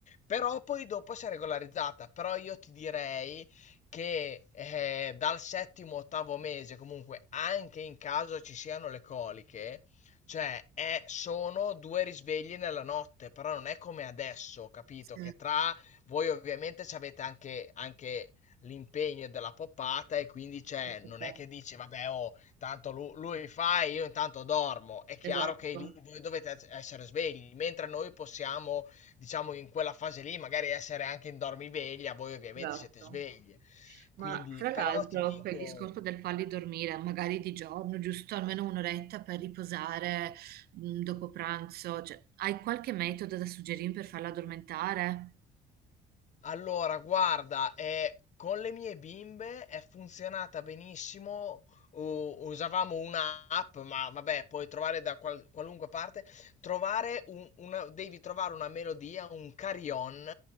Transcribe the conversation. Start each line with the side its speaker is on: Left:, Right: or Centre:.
Left: Però poi dopo si è regolarizzata. Però io ti direi che eh, dal settimo, ottavo mese, comunque, anche in caso ci siano le coliche, cioè è- sono due risvegli nella notte, però non è come adesso, capito?
Right: sì,
Left: Che tra voi ovviamente ci avete anche, anche l'impegno della poppata e quindi c'è,
Right: sì,
Left: non
Right: sì, sì.
Left: è che dici, vabbè, oh, tanto lu- lui, fa e io intanto dormo. È chiaro
Right: Esatto,
Left: che lì voi dovete essere svegli, mentre noi possiamo diciamo in quella fase lì magari essere anche in dormiveglia, voi ovviamente
Right: esatto.
Left: siete svegli.
Right: Ma
Left: Quindi,
Right: tra l'altro,
Left: però ti dico,
Right: per il discorso del farli dormire, magari di giorno, giusto almeno un'oretta per riposare mm, dopo pranzo, cioè, hai qualche metodo da suggerirmi per farla addormentare?
Left: Allora, guarda, eh, con le mie bimbe è funzionata benissimo. u- Usavamo un'app, ma vabbè, puoi trovare da qual- qualunque parte. Trovare un- una, devi trovare una melodia, un carillon.